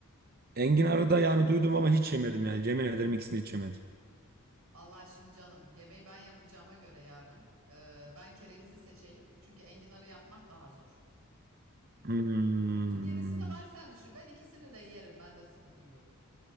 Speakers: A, on the right; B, on the right.
A: Enginarı da yani duydum ama hiç yemedim yani. Yemin ederim ikisini hiç yemedim.
B: Vallahi şimdi canım yemeği ben yapacağıma göre yarın ee, ben kerevizi seçeyim. Çünkü enginarı yapmak daha zor.
A: Hmm.
B: Gerisine var sen düşün. Ben ikisini de yerim. Bende sıkıntı yok.